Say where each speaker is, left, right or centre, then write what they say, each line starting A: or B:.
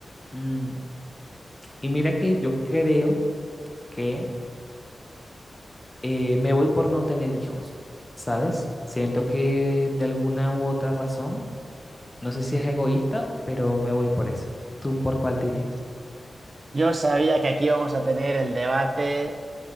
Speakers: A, on the left; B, on the right.
A: Mm, Y mira que yo creo que eh, me voy por no tener hijos, ¿sabes? Siento que de alguna u otra razón No sé si es egoísta, pero me voy por eso. ¿Tú por cuál te irías?
B: Yo sabía que aquí vamos a tener el debate.